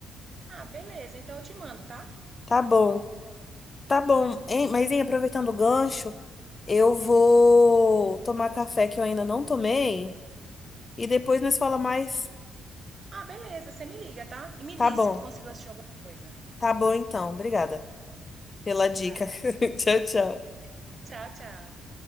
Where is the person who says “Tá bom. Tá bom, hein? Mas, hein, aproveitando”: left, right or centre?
Left